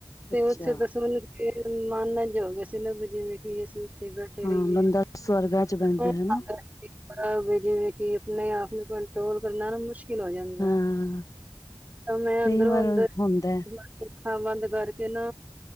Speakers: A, on the right; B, on the left.
A: ਤੇ
B: ਅੱਛਾ
A: ਉੱਥੇ ਦਸਵੰ ਮਾਨ ਏਜ ਹੋ ਗਿਆ ਸੀ ਨਾ ਜਿਵੇਂ ਕਿ ਅਸੀਂ ਥੇ ਬੈਠੇ
B: ਹਾਂ
A: ਰਹੀਏ।
B: ਬੰਦਾ ਸਵਰਗਾਂ ਚ
A: <unintelligible>
B: ਬਹਿੰਦਾ ਹਨਾ
A: ਜਿਸ ਤਰਾਂ ਜਿਵੇਂ ਕਿ ਆਪਣੇ ਆਪ ਨੂੰ ਕੰਟਰੋਲ ਕਰਨਾ ਨਾ ਮੁਸ਼- ਕੀ ਲੈ ਗਿਆ ਉਨਦਾ,
B: ਹਾਂ।
A: ਹੋ ਦੇ
B: ਕਈ
A: ਅੰਦਰੋਂ
B: ਵਾਰ
A: ਅੰਦਰ
B: ਹੁੰਦਾ
A: ਅੱਖਾਂ ਬੰਦ ਕਰਕੇ ਨਾ